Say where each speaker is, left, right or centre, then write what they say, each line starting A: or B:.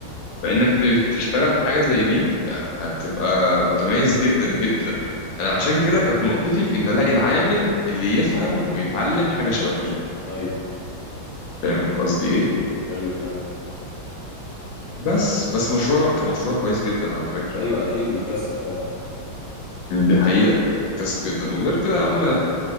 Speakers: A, on the left (about 75°); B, on the left (about 50°).
A: فانك ت- تشتغل بحاجه زي دي آه، هتبقى متميز جدا جدا انا عشان كده كانت نقطتي في ان الاقي العامل اللي يفهم ويتعلم حاجه شبه دي
B: <laughs> ايوه
A: فاهم قصدي ايه
B: ايوه فاهم
A: بس بس مشروع كمشروع كويس جدا على فكره
B: ايوه اكيد ويكسب طبعا
A: دي حقيقه كسب جدا وغير كده يا عم